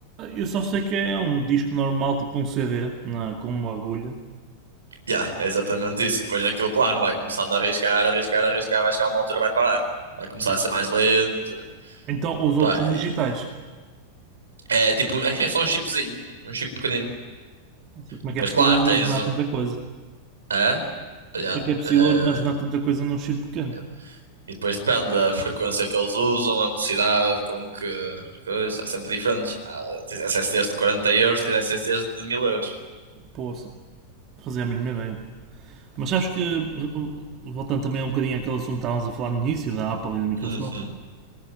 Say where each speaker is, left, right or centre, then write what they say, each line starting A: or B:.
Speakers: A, on the right; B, on the right.
A: Eu só sei que é um disco normal, tipo um CD, na- com uma agulha.
B: Yeah, é exatamente isso. E depois aquilo, claro, vai começando a arriscar, arriscar, arriscar, vai chegar a uma altura, vai parar. Vai começar
A: Mas-
B: a ser mais lento.
A: Então os outros
B: Pá,
A: são digitais.
B: e- é tipo, é, é só um chipzinho, um chip pequenino.
A: Não sei Como
B: Depois,
A: é que é possível
B: claro,
A: armazenar
B: tens um.
A: tanta coisa?
B: É? Yeah,
A: Como é que é possível
B: é,
A: armazenar tanta coisa num chip pequeno?
B: yeah. E depois depende da frequência que eles usam, a velocidade com que. Coisa, há sempre diferentes. Há, tens SSDs de quarenta euros, tens SSDs de mil euros.
A: Poxa, fazia a mínima ideia. Mas acho que, uh, voltando também um bocadinho àquele assunto que estávamos a falar no início, da Apple e da Microsoft,
B: Uhum,